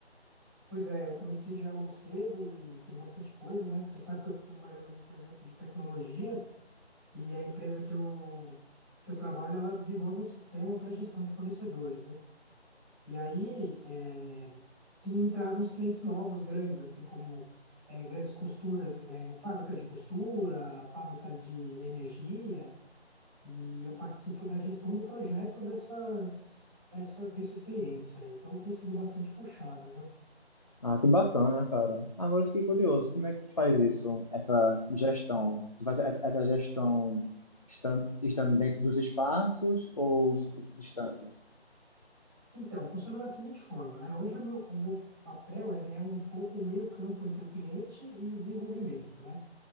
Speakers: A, in the centre; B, on the left.
A: Pois é, eu comecei já logo cedo e tem bastante coisa, né? Você sabe que eu estou trabalhando num projeto de tecnologia e a empresa que eu, que eu trabalho, ela desenvolve um sistema para gestão de fornecedores, né? E aí, é, tem entrado uns clientes novos, grandes, assim como é, grandes costuras, é, fábricas de costura, fábricas de energia, E eu participo da gestão do projeto dessas, dessa, desses clientes aí. Então tem sido bastante puxado, viu?
B: Ah, que bacana, cara. Agora eu fiquei curioso, como é que faz isso, essa gestão? Tu faz essa essa gestão estan- estando dentro dos espaços ou distante?
A: Então, funciona da seguinte forma, né? Hoje o meu, o meu papel, ele é um pouco o meio-campo entre o cliente e o desenvolvimento, né?